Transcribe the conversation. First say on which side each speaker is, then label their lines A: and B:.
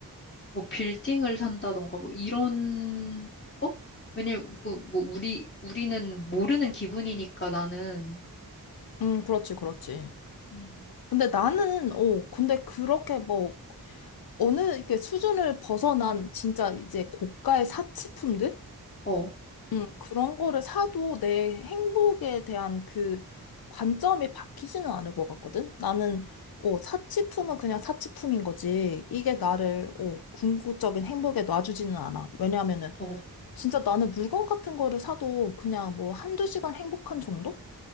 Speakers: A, on the left; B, on the left.
A: 뭐 빌딩을 산다던가 뭐 이런 거? 왜냐면 그 뭐 우리 우리는 모르는 기분이니까 나는
B: 음, 그렇지, 그렇지.
A: 음,
B: 근데 나는, 어, 근데 그렇게 뭐 어느 이렇게 수준을 벗어난 진짜 이제 고가의 사치품들?
A: 어,
B: 음, 그런 거를 사도 내 행복에 대한 그 관점이 바뀌지는 않을 것 같거든? 나는, 어, 사치품은 그냥 사치품인 거지. 이게 나를,
A: 음,
B: 어, 궁극적인 행복에 놔주지는 않아. 왜냐하면은,
A: 어,
B: 진짜 나는 물건 같은 거를 사도 그냥 뭐 한두 시간 행복한 정도?